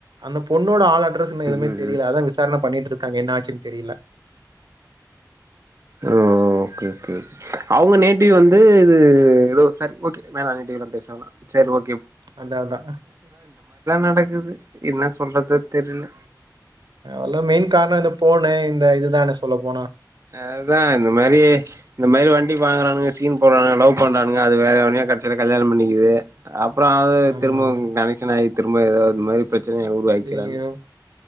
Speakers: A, on the right; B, on the right.
A: அந்த பொண்ணோட ஆள் அட்ரஸ் இன்னு
B: ம்
A: எதுமே
B: ம் ம்
A: தெரில அதா விசாரன பண்ணிட்டு இரு க்கு என்ன ஆச்சுனு தெரில
B: ஓ ஓகே ஓகே அவுங்க நேட்டிவ் வந்து து ஏதோ சரி ஓகே வேணா நெகட்டிவ் எல்லா பேச வேணா சேர் ஓ
A: அதா அதா
B: நடக்குது என்ன சொல்றது தெரில
A: எல்லா மெய்ன் காரணோ இந்த போனு இந்த இதுதான சொல்ல போனா
B: அதா இந்த மாரி இந்த மாரி வண்டி வாங்குறானுங்க சீன் போடுறானுங்க லவ் பண்றானுங்க அது வேற எவனையோ கடைசில கல்யாணம் பண்ணிக்குது அப் புறோ அது
A: ஆமாங்க.
B: திரும்பவு கனெக்க்ஷன் ஆயி திரும்ப எதாவது மாரி பிரச்சனைய உருவாக்கிறானுங்க
A: <unintelligible>